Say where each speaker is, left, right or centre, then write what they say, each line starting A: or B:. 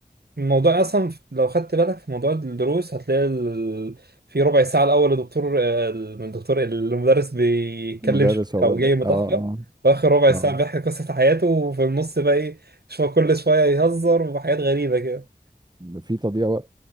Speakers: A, on the right; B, on the right.
A: الموضوع اصلا ف- لو خدت بالك في موضوع الدروس هتلاقي ال... في ربع ساعه الاول الدكتور آه، الدكتور المدرس بيتكلم
B: مدرس
A: شويه
B: هو
A: او
B: برضه
A: جاي متاخر
B: اه اه
A: واخر ربع ساعه
B: اه
A: بيحكي قصه حياته وفي النص بقى ايه شويه كل شويه يهزر وحاجات غريبه كده
B: في تضييع وقت